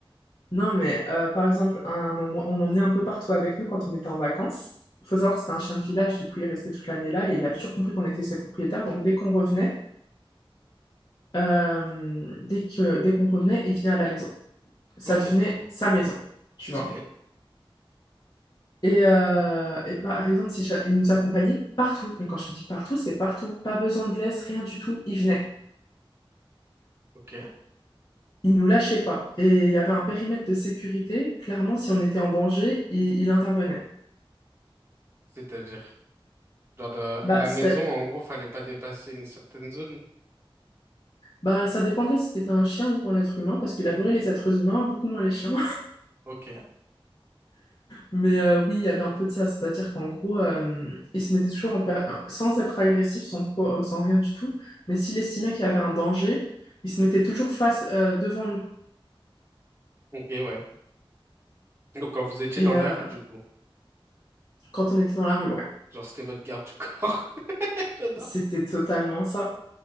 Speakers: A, on the left; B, on the right.
A: Non, mais euh, par exemple, à un moment, on l'emmenait un peu partout avec nous quand on était en vacances. Il faut savoir que c'était un chien de village, du coup, il restait toute l'année là et il a toujours compris qu'on était ses propriétaires. Donc, dès qu'on revenait, Euh, dès que, dès qu'on revenait, il venait à la maison. Ça
B: Ok,
A: devenait sa maison, tu
B: stylé.
A: vois. Et, euh, et par exemple, si j'a- il nous accompagnait partout. Mais quand je te dis partout, c'est partout. Pas besoin de laisse, rien du tout. Il venait.
B: Ok.
A: Il nous lâchait pas. Et il y avait un périmètre de sécurité. Clairement, si on était en danger, il, il intervenait.
B: C'est-à-dire, genre de- à
A: Bah,
B: la
A: c'était,
B: maison, en gros, fallait pas dépasser une certaine zone.
A: bah, ça dépendait si c'était un chien ou un être humain, parce qu'il adorait les êtres humains, beaucoup moins les chiens.
B: Ok.
A: Mais euh, oui, il y avait un peu de ça, c'est-à-dire qu'en gros, euh, il se mettait toujours en per- euh, sans être agressif, sans quoi, euh, sans rien du tout, mais s'il estimait qu'il y avait un danger, il se mettait toujours face euh, devant nous.
B: Ok, ouais. Donc quand vous étiez
A: Et
B: dans la
A: euh,
B: rue, du coup,
A: quand on était dans la rue, ouais,
B: genre c'était votre garde du corps. <laughs> J'adore.
A: c'était totalement ça.